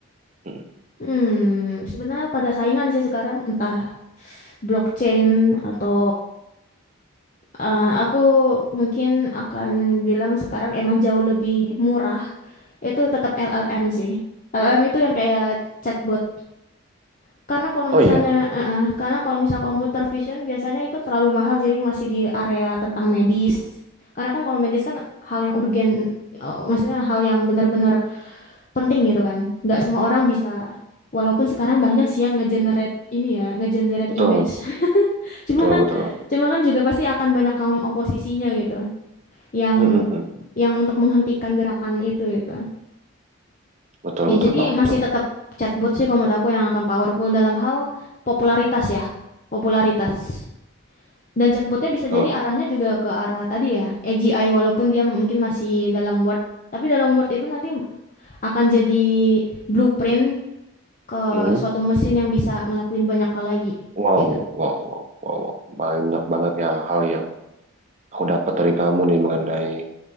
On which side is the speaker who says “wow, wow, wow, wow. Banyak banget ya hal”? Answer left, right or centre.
Right